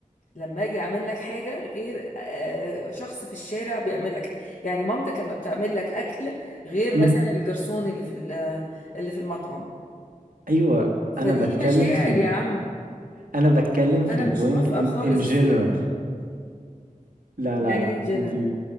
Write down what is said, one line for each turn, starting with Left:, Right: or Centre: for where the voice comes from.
Left: لما اجي اعمل لك حاجه غير آه، شخص في الشارع بيعمل لك يعني مامتك لما بتعمل لك اكل غير مثلا
Right: مم.
Left: الجرسون اللي في ال- اللي في المطعم
Right: ايوه
Left: فدي
Right: انا بتكلم
Left: مشاعر
Right: في ال...
Left: يا عم
Right: انا بتكلم في
Left: انا
Right: البوينت
Left: مش موافقه
Right: ان
Left: خالص
Right: ان جنرال لا
Left: يعني
Right: لا لا
Left: ايه جنرال
Right: انت